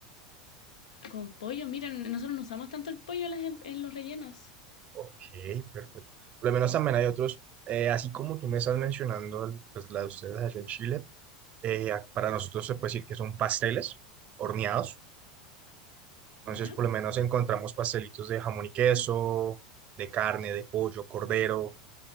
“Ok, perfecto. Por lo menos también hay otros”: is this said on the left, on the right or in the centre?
Right